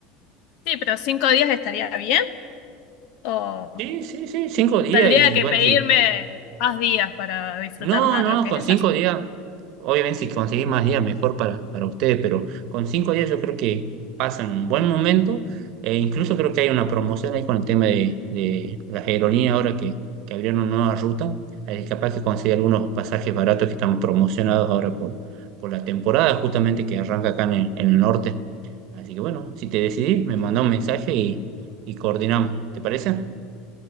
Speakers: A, on the left; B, on the right.
A: Sí, pero cinco días estaría bien o
B: Sí, sí, sí, cinco días
A: tendría
B: y
A: que
B: bueno,
A: pedirme
B: sí
A: más días para disfrutar
B: No,
A: más
B: no,
A: lo que
B: con
A: es
B: cinco
A: esa
B: días, obviamente si conseguís más días, mejor para, para ustedes, pero con cinco días yo creo que pasan un buen momento, e incluso creo que hay una promoción ahí con el tema de, de las aerolíneas ahora que, que abrieron una nueva ruta, ahí capaz que consigue algunos pasajes baratos que están promocionados ahora por, por la temporada justamente que arranca acá en el, en el norte. Así que bueno, si te decidís, me manda un mensaje y, y coordinamos, ¿te parece?